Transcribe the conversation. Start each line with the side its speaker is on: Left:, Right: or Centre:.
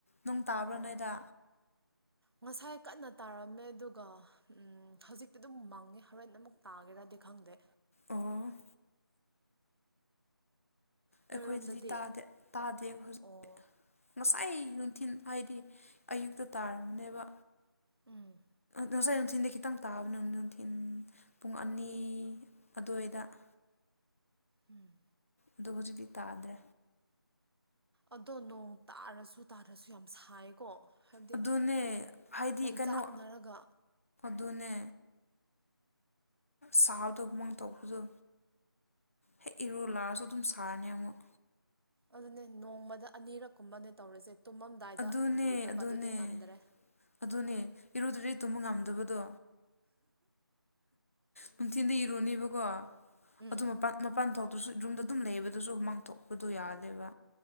Left: ꯅꯣꯡ ꯇꯥꯕ꯭ꯔꯥ
Right: ꯑꯣ
Left: ꯅꯣꯢꯗ
Right: ꯉꯁꯥꯏ ꯀꯟꯅ ꯇꯥꯔꯝꯃꯦ ꯑꯗꯨꯒ ꯎꯝ ꯍꯧꯖꯤꯛꯇꯤ ꯑꯗꯨꯝ ꯃꯪꯉꯦ ꯍꯣꯔꯦꯟ ꯑꯃꯨꯛ ꯇꯥꯒꯦꯔꯗꯤ ꯈꯪꯗꯦ
Left: ꯑꯣ
Right: ꯅꯣꯏꯔꯣꯝꯗꯗꯤ
Left: ꯑꯩꯈꯣꯏꯗꯗꯤ ꯇꯥꯗꯦ ꯇꯥꯗꯦ ꯍꯨꯖꯤꯛꯇꯤ
Right: ꯑꯣ
Left: ꯑꯩ ꯅꯨꯡꯊꯤꯟ ꯍꯥꯏꯗꯤ ꯑꯌꯨꯛꯇ ꯇꯥꯔꯝꯅꯦꯕ
Right: ꯎꯝ
Left: ꯉꯁꯥꯏ ꯅꯨꯡꯊꯤꯟꯗꯤ ꯈꯤꯇꯪ ꯇꯥꯕꯅꯦ ꯅꯨꯡꯊꯤꯟ ꯄꯨꯡ ꯑꯅꯤ ꯑꯗꯨꯋꯥꯏꯗ <inaudible>
Right: ꯎꯝ
Left: ꯑꯗꯣ ꯍꯧꯖꯤꯛꯇꯤ ꯇꯥꯗꯦ
Right: ꯑꯗꯣ ꯅꯣꯡ ꯇꯥꯔꯁꯨ ꯇꯥꯗ꯭ꯔꯁꯨ ꯌꯥꯝ ꯁꯥꯏꯑꯦꯀꯣ ꯍꯥꯏꯕꯗꯤ
Left: ꯑꯗꯨꯅꯦ ꯍꯥꯏꯗꯤ
Right: ꯑꯣꯝꯆꯥꯛꯅꯔꯒ
Left: ꯀꯩꯅꯣ ꯑꯗꯨꯅꯦ ꯁꯥꯕꯗꯣ ꯍꯨꯃꯥꯡ ꯊꯣꯛꯄꯗꯣ ꯍꯦꯛ ꯏꯔꯨ ꯂꯥꯛꯑꯁꯨ ꯑꯗꯨꯝ ꯁꯥꯔꯅꯤ ꯑꯃꯨꯛ
Right: ꯑꯗꯨꯅꯦ ꯅꯣꯡꯃꯗ ꯑꯅꯤꯔꯛꯀꯨꯝꯕꯅꯦ ꯇꯧꯔꯤꯁꯦ ꯇꯨꯝꯃꯝꯗꯥꯏꯗ
Left: ꯑꯗꯨꯅꯦ
Right: ꯂꯨꯗ꯭ꯔꯕ
Left: ꯑꯗꯨꯅꯦ
Right: ꯑꯗꯨꯗꯤ ꯉꯝꯗ꯭ꯔꯦ
Left: ꯑꯗꯨꯅꯦ ꯏꯔꯨꯗꯔ꯭ꯗꯤ ꯇꯨꯝꯕ ꯉꯝꯗꯕꯗꯣ ꯅꯨꯡꯊꯤꯟꯗꯤ ꯏꯔꯨꯅꯦꯕꯀꯣ ꯑꯗꯨ
Right: ꯎꯝ
Left: ꯃꯄꯥꯟ ꯃꯄꯥꯟ ꯊꯣꯛ ꯑꯗꯨꯁꯨ ꯔꯨꯝꯗ ꯑꯗꯨꯝ ꯂꯩꯕꯗꯨꯁꯨ ꯍꯨꯃꯥꯡ ꯊꯣꯛꯄꯗꯣ ꯌꯥꯗꯦꯕ